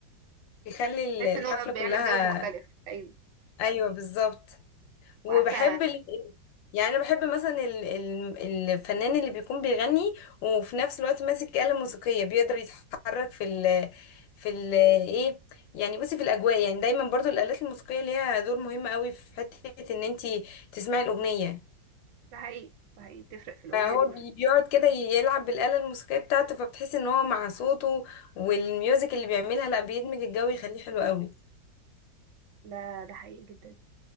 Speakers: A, on the left (about 80°); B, on the right (about 75°).
A: يخلي ال-
B: بتحس
A: الحفله
B: ان هو
A: كلها
B: بيعمل جو مختلف ايوه
A: ايوه بالظبط وبحب
B: وعارفة
A: ال... يعني انا بحب مثلا ال... ال- الفنان اللي بيكون بيغني وفي نفس الوقت ماسك آلة موسيقية بيقدر يتحرك في ال... في ال... ايه يعني بصي في الاجواء يعني دايما برضو الآلات الموسيقية ليها دور مهم قوي في حتة ان انتي تسمعي الأغنية
B: ده حقيقي ده حقيقي بتفرق في الأغنية
A: فهو
B: جدا
A: بي- بيقعد كده يلعب بالآلة الموسيقية بتاعته فبتحس ان هو مع صوته والميوزك اللي بيعملها لا بيدمج الجو يخليه حلو قوي
B: ده ده حقيقي جدا